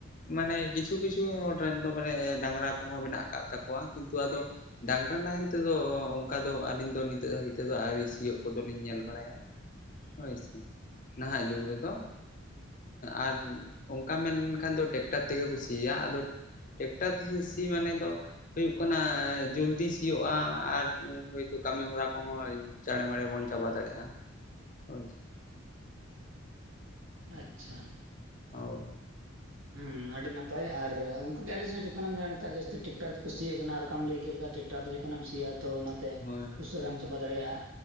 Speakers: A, on the left (about 40°); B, on the right (about 85°).
A: ᱢᱟᱱᱮ ᱠᱤᱪᱷᱩ ᱠᱤᱪᱷᱩ ᱦᱚᱲ ᱨᱮᱱ ᱫᱚ ᱢᱟᱱᱮ ᱰᱟᱝᱨᱟ ᱠᱚᱦᱚᱸ ᱢᱮᱱᱟᱜ ᱠᱟᱜ ᱛᱟᱠᱚᱣᱟ ᱠᱤᱱᱛᱩ ᱟᱫᱚ ᱰᱟᱝᱨᱟ ᱱᱟᱦᱮᱞ ᱛᱮᱫᱚ ᱚᱱᱠᱟ ᱫᱚ ᱟᱹᱞᱤᱧ ᱫᱚ ᱱᱤᱛᱚᱜ ᱫᱷᱟᱹᱵᱤᱡ ᱛᱮᱫᱚ ᱟᱹᱣᱨᱤ ᱥᱤᱭᱳᱜ ᱠᱚᱫᱚᱞᱤᱧ ᱧᱮᱞ ᱵᱟᱲᱟᱭᱟ᱾ ᱦᱳᱭ ᱥᱮ ᱱᱟᱦᱟᱜ ᱡᱩᱜᱽ ᱨᱮᱫᱚ ᱟᱨ ᱚᱱᱠᱟ ᱢᱮᱱ ᱞᱮᱠᱷᱟᱱ ᱫᱚ ᱴᱮᱠᱴᱟᱨ ᱛᱮᱜᱮ ᱠᱚ ᱥᱤᱭᱟ ᱟᱫᱚ ᱴᱮᱠᱴᱟᱨ ᱛᱮ ᱥᱤ ᱢᱟᱱᱮ ᱫᱚ ᱦᱩᱭᱩᱜ ᱠᱟᱱᱟ ᱡᱚᱞᱫᱤ ᱥᱤᱭᱳᱜ-ᱟ ᱟᱨ ᱦᱳᱭᱛᱳ ᱠᱟᱹᱢᱤ ᱦᱚᱨᱟ ᱠᱚᱦᱚᱸ ᱪᱮᱬᱮᱢᱟᱲᱮ ᱵᱚᱱ ᱪᱟᱵᱟ ᱫᱟᱲᱮᱭᱟᱜ-ᱟ ᱦᱳᱭ᱾
B: ᱟᱪᱪᱷᱟ᱾
A: ᱚᱭ᱾
B: ᱦᱮᱸ ᱟᱹᱰᱤ ᱱᱟᱯᱟᱭ ᱟᱨ ᱚᱱᱠᱟ ᱜᱮ ᱟᱞᱮ ᱥᱮᱫ ᱡᱚᱠᱷᱚᱱᱮᱢ‌ ᱧᱮᱞ-ᱟ ᱱᱮᱛᱟᱨ ᱡᱟᱹᱥᱛᱤ ᱴᱨᱟᱠᱴᱟᱨ ᱛᱮᱠᱚ ᱥᱤᱭᱮᱜ ᱠᱟᱱᱟ ᱟᱨ ᱚᱠᱟᱢ ᱞᱟᱹᱭ ᱠᱮᱫ ᱞᱮᱠᱟ ᱴᱟ ᱫᱚ ᱡᱚᱠᱷᱚᱱᱮᱢ ᱥᱤᱭᱳᱜ-ᱟ ᱛᱚ ᱚᱱᱟᱛᱮ
A: ᱦᱳᱭ
B: ᱩᱥᱟᱹᱨᱟᱢ ᱪᱟᱵᱟ ᱫᱟᱲᱮᱭᱟᱜ-ᱟ